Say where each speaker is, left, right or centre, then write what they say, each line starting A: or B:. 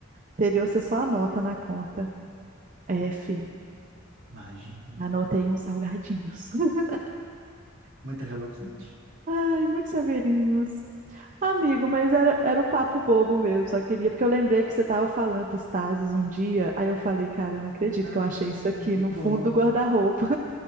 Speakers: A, on the right; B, on the right.
A: interior você só anota na conta. É, fi,
B: imagina.
A: anotei uns salgadinhos. <laughs>
B: Muita Hello Kitty.
A: Ai, muitos saveirinhos. Amigo, mas era, era um papo bobo mesmo, só queria, porque eu lembrei que você estava falando dos Tazos um dia, aí eu falei, cara, eu não acredito
B: Ah,
A: que eu achei isso aqui
B: muito
A: no fundo
B: bom.
A: do guarda-roupa.